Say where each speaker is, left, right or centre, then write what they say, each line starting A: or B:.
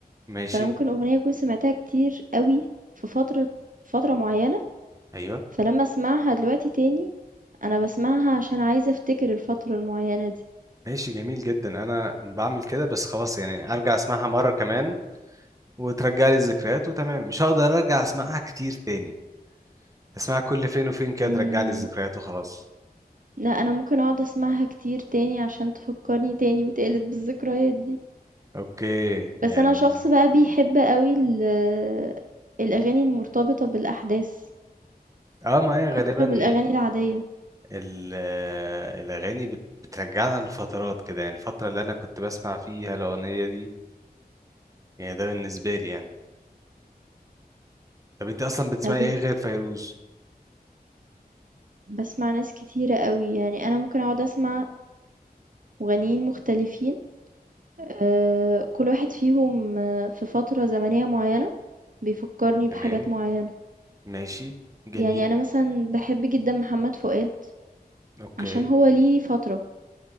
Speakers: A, on the right; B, on the right.
A: ماشي
B: فانا ممكن اغنيه اكون سمعتها كتير قوي في فتره فتره معينه
A: أيوه
B: فلما اسمعها دلوقتي تاني انا بسمعها عشان عايزه افتكر الفتره المعينه دي
A: ماشي جميل جدا أنا بعمل كده بس خلاص يعني أرجع أسمعها مرة كمان وترجع لي الذكريات وتمام مش هقدر أرجع أسمعها كتير تاني أسمعها كل فين وفين كده
B: امم
A: ترجع لي الذكريات وخلاص
B: لا انا ممكن اقعد اسمعها كتير تاني عشان تفكرني تاني وتقلد بالذكريات دي
A: أوكي يعني
B: بس انا شخص بقى بيحب قوي ال- الاغاني المرتبطه بالاحداث
A: أه ما هي غالبا
B: اكتر من الاغاني العاديه
A: ال- آه، الأغاني بت- بترجعنا لفترات كده يعني الفترة اللي أنا كنت بسمع فيها الأغنية دي يعني ده بالنسبة لي يعني طب أنت أصلا بتسمعي
B: انا بن-
A: إيه غير فيروز؟
B: باسمع ناس كتيرة أوي، يعني أنا ممكن أقعد أسمع مغنيين مختلفين آآ، كل واحد فيهم آه، في فترة زمنية معيّنة بيفكّرني بحاجات
A: تمام
B: معيّنة،
A: ماشي جميل
B: يعني أنا مثلًا باحب جدًا محمد فؤاد
A: اوكي
B: عشان هو ليه فترة،